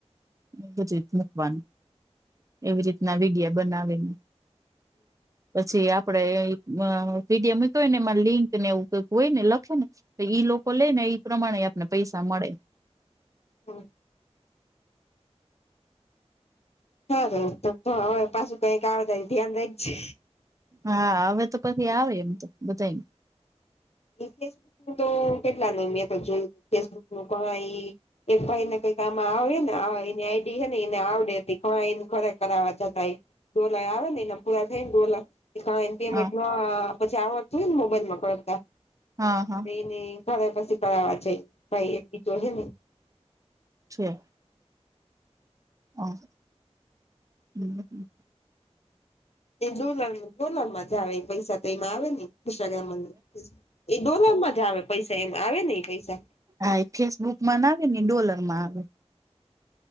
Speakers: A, on the right; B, on the left.
A: એ જ રીત મૂકવાનું, એવી રીતના વિડિયા બનાવીને.
B: હમ્મ
A: પછી આપડે મ વિડીમય ને એમાં લિંક ને એવું હોય ને લખે ને તો ઈ લોકો લે ને એઈ પ્રમાણે આપને પૈસા મળે
B: હા હારુ તો હવે પાછું કઈક આવે ત્યાં ધ્યાન રાખજે.
A: હા હવે તો કઈબી આવે એમ તો બધા
B: એ ફેસબુક નુ તો કેટલા ન મેં તો જોય ફેસબુક નું પણ ઈ એક ભાઈને કંઈક કામ આવ્યુને આ એની આઈ ડી હેને એને આવડે તી કઈ ખરે કરાવવા જતા એ ડોલા આવે ને એના પૂરા થઈને ડોલા ઈકાવેન તેમેટ
A: હા
B: મા પછી આવડતું હોય ને મોબાઈલમાં કરતા.
A: હા હ
B: એને ઘરે પછી કરાવવા જઈ, ભાઈ એક બીજો હોહે ને
A: છે. હા હમ્મ હમ્મ
B: એ જુલર ડોલર માં જ આવે પૈસા તો એમાં આવે ને ઇન્સ્ટાગ્રામ મા એ ડોલમાં જ આવે પૈસા એ આવે નને પૈસા
A: હા એ ફેસબુક માંના આવે ને ડોલર માં આવે